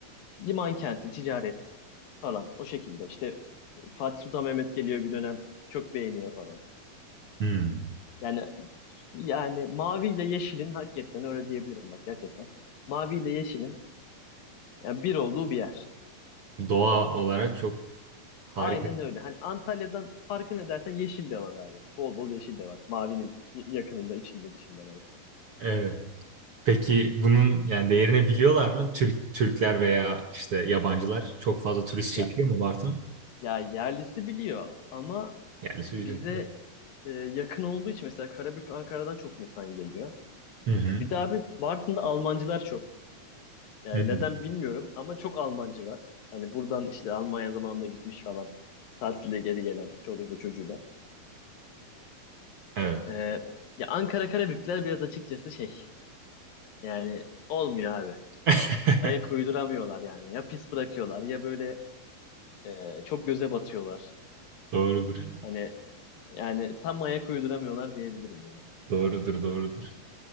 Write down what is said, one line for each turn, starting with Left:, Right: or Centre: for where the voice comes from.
Left: Liman kenti, ticaret falan o şekilde. İşte Fatih Sultan Mehmet geliyor bir dönem çok beğeniyor falan.
Right: Hmm.
Left: Yani yani mavi ile yeşilin hakikaten öyle diyebilirim bak gerçekten. Mavi ile yeşilin yani bir olduğu bir yer.
Right: Doğa olarak çok harika.
Left: Aynen öyle. Hani Antalya'dan farkı ne dersen yeşil de var abi. Bol bol yeşil de var. Mavinin yakınında, içinde, dışında neyse.
Right: Evet. Peki bunun yani değerini biliyorlar mı? Türk Türkler veya işte yabancılar çok fazla turist çekiyor
Left: Ya,
Right: mu Bartın?
Left: ya yerlisi biliyor ama
Right: Yerlisi
Left: bize
Right: bir
Left: e, yakın olduğu için mesela Karabük, Ankara'dan çok insan geliyor.
Right: Hı hı.
Left: Bir de abi Bartın'da Almancılar çok. Yani
Right: Hı hı.
Left: neden bilmiyorum ama çok Almancı var. Hani buradan işte Almanya zamanında gitmiş falan. Tatile geri gelen çoluğuyla çocuğuyla.
Right: Evet.
Left: E, ya Ankara Karabükler biraz açıkçası şey. Yani olmuyor abi.
Right: <laughs>
Left: ayak uyduramıyorlar yani. Ya pis bırakıyorlar ya böyle e, çok göze batıyorlar.
Right: Doğrudur.
Left: Hani yani tam ayak uyduramıyorlar diyebilirim ya.
Right: Doğrudur, doğrudur.